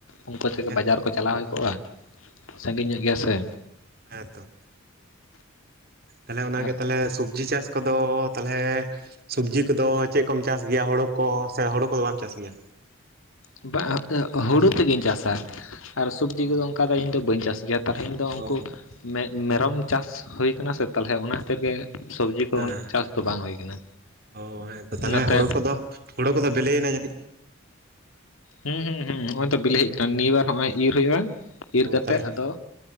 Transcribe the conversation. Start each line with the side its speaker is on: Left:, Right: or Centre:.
Left: ᱩᱱᱠᱩ ᱛᱮᱜᱮ
Right: ᱭᱟ
Left: ᱵᱟᱡᱟᱨ ᱠᱚ ᱪᱟᱞᱟᱣ ᱦᱩᱭ ᱠᱚᱜ-ᱟ, ᱥᱟᱺᱜᱤᱧ ᱧᱚᱜ ᱜᱮᱭᱟ ᱥᱮ
Right: ᱦᱮᱸ ᱛᱚ ᱛᱟᱦᱚᱞᱮ ᱚᱱᱟ
Left: ᱟᱨ
Right: ᱜᱮ ᱛᱟᱦᱚᱞᱮ ᱥᱚᱵᱽᱡᱤ ᱪᱟᱥ ᱠᱚᱫᱚ ᱛᱟᱦᱚᱞᱮ ᱥᱚᱵᱽᱡᱤ ᱠᱚᱫᱚ ᱪᱮᱫ ᱠᱚᱢ ᱪᱟᱥ ᱜᱮᱭᱟ᱾ ᱦᱳᱲᱳ ᱠᱚ ᱥᱮ ᱦᱳᱲᱳ ᱠᱚᱫᱚ ᱵᱟᱢ ᱪᱟᱥ ᱜᱮᱭᱟ?
Left: <unintelligible> ᱦᱩᱲᱩ ᱛᱮᱜᱮᱧ ᱪᱟᱥᱟ ᱟᱨ ᱥᱚᱵᱽᱡᱤ
Right: ᱚ
Left: ᱠᱚᱫᱚ ᱚᱱᱠᱟ ᱫᱚ ᱤᱧᱫᱚ ᱵᱟᱹᱧ ᱪᱟᱥ ᱜᱮᱭᱟ᱾ ᱛᱟᱦᱚᱞᱮ ᱤᱧᱫᱚ ᱩᱱᱠᱩ
Right: ᱚ
Left: ᱢᱮ ᱢᱮᱨᱚᱢ ᱪᱟᱥ ᱦᱩᱭ ᱠᱟᱱᱟ ᱥᱮ ᱛᱟᱦᱚᱞᱮ ᱚᱱᱟ ᱠᱷᱟᱹᱛᱤᱨ ᱜᱮ ᱥᱚᱵᱽᱡᱤ ᱠᱚ
Right: ᱦᱮᱸ ᱦᱮᱸ
Left: ᱪᱟᱥ ᱫᱚ ᱵᱟᱝ ᱦᱩᱭ ᱠᱟᱱᱟ
Right: ᱦᱚ ᱦᱮᱸ ᱛᱚ ᱛᱟᱦᱚᱞᱮ
Left: ᱱᱚᱛᱮ
Right: ᱦᱳᱲᱩ ᱠᱚᱫᱚ ᱦᱩᱲᱩ ᱠᱚᱫᱚ ᱵᱤᱞᱤᱭ ᱮᱱᱟ ᱡᱟᱹᱱᱤᱡ
Left: ᱦᱩᱸ ᱦᱩᱸ ᱦᱩᱸ ᱦᱚᱜ-ᱚᱭ ᱛᱚ ᱵᱤᱞᱤ ᱦᱮᱡ ᱠᱟᱱ ᱱᱤᱭᱟᱹ ᱵᱟᱨ ᱦᱚᱸᱜ-ᱚᱭ ᱤᱨ ᱦᱩᱭᱩᱜ-ᱟ ᱤᱨ
Right: ᱚ
Left: ᱠᱟᱛᱮᱜ᱾
Right: ᱛᱟᱦᱚᱞᱮ
Left: ᱟᱫᱚ